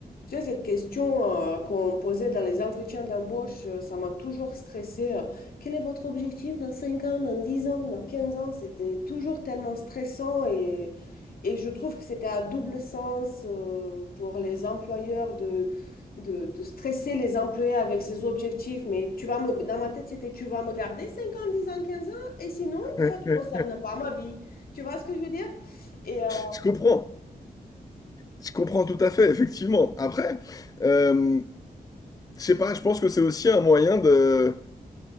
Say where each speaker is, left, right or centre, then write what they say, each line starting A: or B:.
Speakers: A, on the left; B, on the left.
A: Tu sais, cette question euh, qu'on posait dans les entretiens d'embauche, euh, ça m'a toujours stressée. euh. Quel est votre objectif dans 5 ans, dans 10 ans, dans 15 ans? C'était toujours tellement stressant et, et je trouve que c'était à double sens euh, pour les employeurs de, de, de stresser les employés avec ces objectifs. Mais tu vas me, dans ma tête, c'était tu vas me garder 5 ans, 10 ans, 15 ans et sinon,
B: Ouais,
A: ça ne te
B: ouais.
A: concerne pas ma vie. Tu vois ce que je veux dire? Et, euh,
B: Je comprends, je comprends tout à fait, effectivement. Après, euh, je sais pas, je pense que c'est aussi un moyen de,